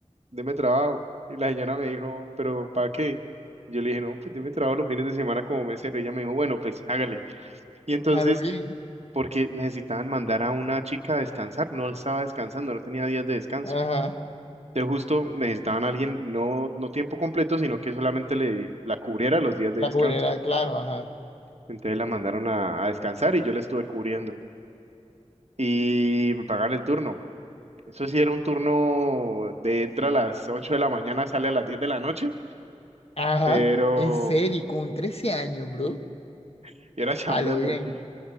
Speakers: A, on the right; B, on the left.
A: deme trabajo. Y la señora me dijo, ¿pero para qué? Yo le dije, no, pues deme trabajo los fines de semana como mesero. Y ella me dijo, bueno, pues hágale. Y entonces,
B: A lo bien.
A: porque necesitaban mandar a una chica a descansar, no estaba descansando, no tenía días de descanso.
B: Ajá.
A: Entonces justo necesitaban a alguien, no, no tiempo completo, sino que solamente le, la cubriera los días de
B: La
A: descanso.
B: cubrera, claro, ajá.
A: Entonces la mandaron a, a descansar y yo la estuve cubriendo. Y me pagaban el turno. Eso sí era un turno de entra a las 8 de la mañana, sale a las 10 de la noche,
B: Ajá.
A: pero
B: En serio, con 13 años, bro.
A: <laughs> Y era chambeando,
B: A lo bien.
A: sí,